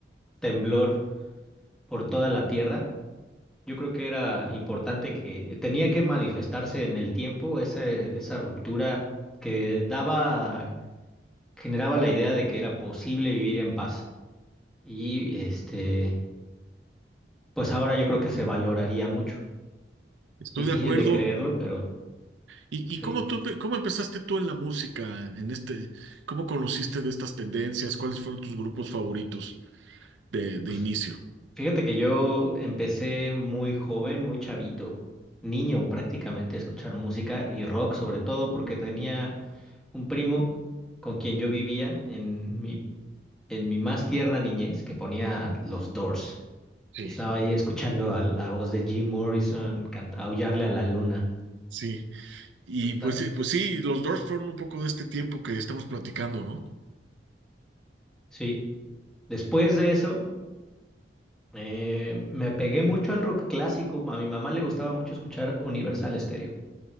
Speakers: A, in the centre; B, on the right.
A: temblor por toda la tierra. Yo creo que era importante que tenía que manifestarse en el tiempo ese- esa ruptura que daba, generaba la idea de que era posible vivir en paz. Y este, pues ahora yo creo que se valoraría mucho.
B: Estoy
A: Difícil
B: de acuerdo.
A: de creerlo, pero
B: ¿Y,
A: sí.
B: y cómo tú, te- cómo empezaste tú en la música, en este, cómo conociste de estas tendencias? ¿Cuáles fueron tus grupos favoritos de, de
A: Pues
B: inicio?
A: fíjate que yo empecé muy joven, muy chavito, niño prácticamente, a escuchar música y rock sobre todo porque tenía un primo con quien yo vivía en mi en mi más tierna niñez que ponía los Doors
B: Sí.
A: y estaba ahí escuchando a la voz de Jim Morrison cant- aullarle a la luna.
B: Sí. Y
A: Está-
B: pues, eh, pues sí, los Doors fueron un poco de este tiempo que estamos platicando, ¿no?
A: sí, después de eso eh, me apegué mucho al rock clásico. A mi mamá le gustaba mucho escuchar Universal Stereo.